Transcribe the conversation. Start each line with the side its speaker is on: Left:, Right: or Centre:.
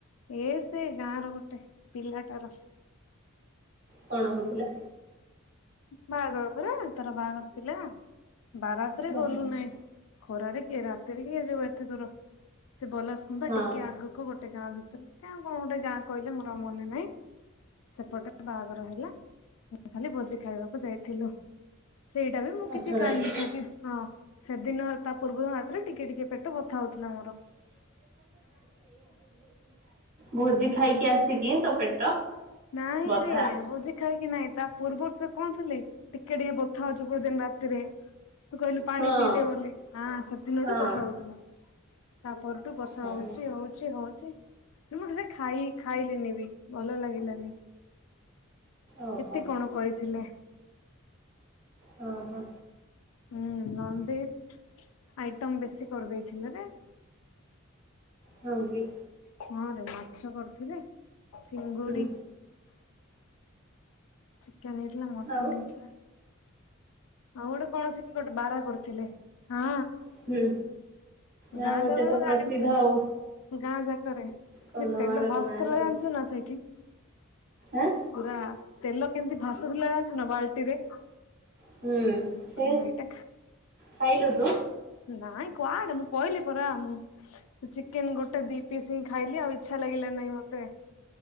Left: ଏ ସେ ଗାଁ ର ଗୋଟେ ପିଲାଟାର
Right: କଣ ହଉଥିଲା
Left: ବାହାଘର ପରା ତାର ବାହାଘର ଥିଲା ବାରାତରେ
Right: ବାହାଘର
Left: ଗଲୁ ନାଇଁ ଖରାରେ କିଏ ରାତିରେ କିଏ ଜିବ ଏତେ ଦୂର ସେ ବଲସଗୁମ୍ପା
Right: ହଁ
Left: ଟିକେ ଆଗକୁ କ ଗୋଟେ ଗାଁ ଭିତରୁ କ କଣ ଗୋଟ ଗା କହେ ମୋର ଆଉ ମନେ ନାହିଁ ସେପଟେ ବାହାଘର ହେଲା ମୁ ଖାଲି ଭୋଜି ଖାଇବାକୁ ଯାଇଥିଲୁ ସେଇଟା ବି ମୁଁ
Right: ଅଠର
Left: କିଛି ଖାଇଲିି
Right: ରେ
Left: ସେଠି ହଁ ସେଦିନ ତା ପୂର୍ବ ଦିନ ରାତିରେ ର ଟିକେ ଟିକେ ପେ ଟ ବଥାଉଥିଲା
Right: ଭୋଜି ଖାଇକି ଆସିକି ତ ପେଟ
Left: ନାଇଁ
Right: ବଥା
Left: ରେ ଭୋଜି ଖାଇକି ନାଇଁ ତା ପୂର୍ବରୁ ସେ କଣଥିଲେ ଟିକେ ଟିକେ ବଥା ହଉଛି କୋଟେ ଦିନ ରାତି ରେ ତୁ କହିଲୁ ପାଣି
Right: ହଁ
Left: ପିଇଦେ ବୋଲି ହଁ ସେଦିନଠୁ
Right: ହଁ।
Left: ବଥା ହଉଥିଲା ତାପରଠୁ ପଥର
Right: ହଁ।
Left: ହଉଛି ହଉ ଛି ହଉଛି ମୁଁ ସେଟା ଖାଇ ଖାଇଲିିନି ବି ଭଲ ଲାଗିଲାନି
Right: ଓହୋ
Left: କେତେ କଣ କରିଥିଲେ
Right: ହ ହୋ
Left: ହୁଁ ନନଭେଜ ଆଇଟମ୍ ବେଶୀ କରିଦେଇଥିଲେ ନା
Right: ହଁ ଜ
Left: ହଁ ରେ ମାଛ କରୁଥିଲେ ଚିଙ୍ଗୁଡି
Right: ହୁଁ
Left: ଚିକେନ ହେଇଥିଲା ମଟନ
Right: ଆଉ
Left: ହେଇଥିଲା ହଉ ଗୋଟେ କଣ ସେଠୀ ଗୋଟେ ବାରା କରିଥିଲେ ହଁ
Right: ହୁଁ ଯ
Left: ଗାଁ
Right: ମୋଟେ
Left: ଯାକର
Right: ତ ପ୍ରସିଦ୍ଧ
Left: ଜାଣିଛୁ
Right: ଆଉ
Left: ଗାଁ ଯାକରେ
Right: କନ୍ଧମାଳର
Left: ଯେ ତେଲ ଭାଶୁଥିଲା
Right: ଗାଁରେ ଆଉ।
Left: ଜାଣିଛୁ ନା ସେଇଠି
Right: ଆଁ
Left: ପୁରା ତେଲ କେମିତି ଭାସୁଥିଲା ଜାଣିଛୁ ନା ବାଲ୍ଟିରେ
Right: ହୁଁ ସେ
Left: ହଁ ଏଇଟା
Right: ଖାଇଲୁ ତୁ
Left: ନାଇଁ କୁଆଡେ ମୁଁ କହିଲି ପରା ମୁଁ ସେ ଚିକେନ ଗୋଟେ ଦି ପିସ୍ ହିଁ ଖାଇଲି ଆଉ ଇଚ୍ଛା ଲାଗିଲା ନାହିଁ ମତେ